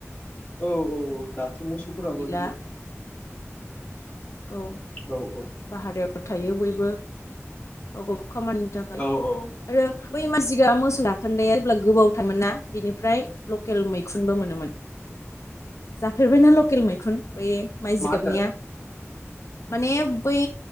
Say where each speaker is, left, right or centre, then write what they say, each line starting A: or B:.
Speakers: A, on the left (about 25°); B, on the left (about 70°).
A: औ औ औ दाथ' मोसौफोराबो
B: गैला
A: जोबोद
B: औ
A: औ औ
B: भारायाव थायो बयबो गाव गावखौ खामानिनि थाखाय
A: औ ओ
B: आरो बै मानसिआ मोसौ खोन्दाया जेब्ला गोबाव हथायमोन ना बिनिफ्राय लकेल मैखुनबो मोनोमोन जाफेरबायना लकेल मैखुन। बै माइ
A: मा
B: जिगाबनिया
A: होनदों
B: माने बोय